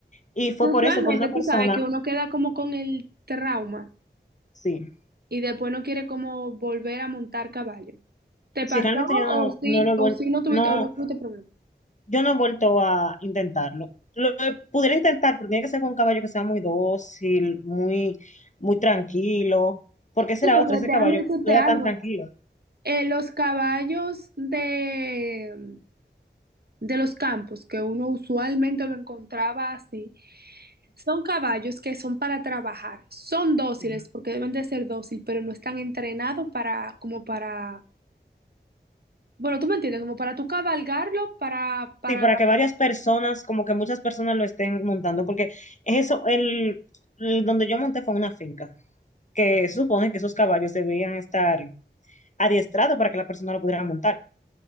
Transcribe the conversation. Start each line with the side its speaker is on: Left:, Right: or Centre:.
Left: y fue
Right: Y Usualmente
Left: por eso, por una persona,
Right: tú sabes que uno queda como con el trauma
Left: sí,
Right: y después no quiere como volver a montar caballo. ¿Te
Left: sí,
Right: pasó
Left: realmente yo
Right: o
Left: no,
Right: sí,
Left: no lo he
Right: o
Left: vuel-
Right: sí no tuviste,
Left: no,
Right: o no tuviste problema?
Left: yo no he vuelto a intentarlo. Lo, lo pudiera intentar, pero tiene que ser con un caballo que sea muy dócil, muy, muy tranquilo, porque ese
Right: Sí,
Left: era
Right: porque
Left: otro, ese
Right: déjame
Left: caballo
Right: decirte
Left: no era
Right: algo.
Left: tan tranquilo.
Right: Eh, los caballos de, de los campos, que uno usualmente lo encontraba así, son caballos que son para trabajar. Son dóciles
Left: Sí,
Right: porque deben de ser dóciles, pero no están entrenados para, como para, bueno, tú me entiendes, como para tú cabalgarlo, para, para,
Left: Sí, para que varias personas, como que muchas personas lo estén montando, porque eso, el, el donde yo monté fue una finca, que se supone que esos caballos debían estar adiestrados para que la persona lo pudiera montar.